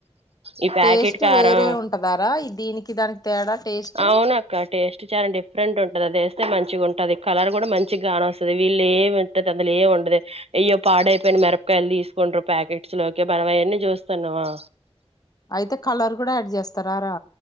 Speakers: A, on the right (about 65°); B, on the left (about 35°).
A: ఈ ప్యాకెట్
B: టేస్ట్
A: కారం
B: వేరే ఉంటదారా దీనికి దానికి తేడా టేస్ట్
A: అవును అక్క టేస్ట్ చానా డీఫ్ డిఫరెంట్ ఉంటది అది ఏస్తే మంచిగా ఉంటది కలర్ కూడా మంచి కానోస్తది వీళ్ళు ఏమింట అందులు ఏమి ఉండదు అయ్యో పాడయిపోయిన మిరపకాయలు తీసుకుంట్రు ప్యాకెట్స్ లోకి మనం అయ్యన్నీ చూస్తున్నమా
B: అయితే కలర్ కూడా యాడ్ చేస్తారారా